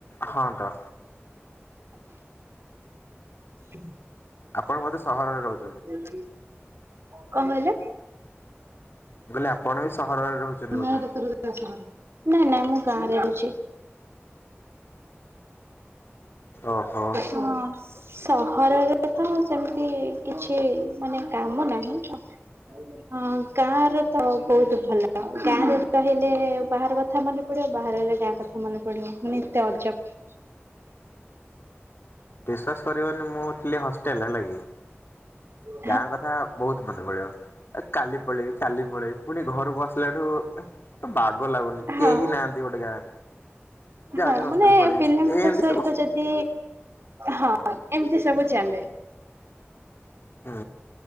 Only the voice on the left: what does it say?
ହଁ ତ
ଆପଣ ବୋଧେ ସହରରେ ରହୁଛ
ମୁଁ କହିଲି ଆପଣ ସହରରେ ରହୁଛନ୍ତି ବୋଧେ
ଓହୋ
ବିଶ୍ୱାସ କରିବନି ମୁଁ ଥିଲି ହଷ୍ଟେଲ୍ ହେଲା କିି।
ଗାଁ କଥା ବହୁତ ମନେ ପଡିବ କାଲି ପଳେଇବି କାଲି ପଳେଇବି ପୁଣି ଘରକୁ ଆସିଲା ଠୁ ବାଗ ଲାଗୁନି
କେହି ନାହାନ୍ତି ଗୋଟେ ଗାଁରେ। ଯାଉଛି
ହଷ୍ଟେଲ
ପଳେଇବି
ଏମିତି
ସବୁ
ହୁଁ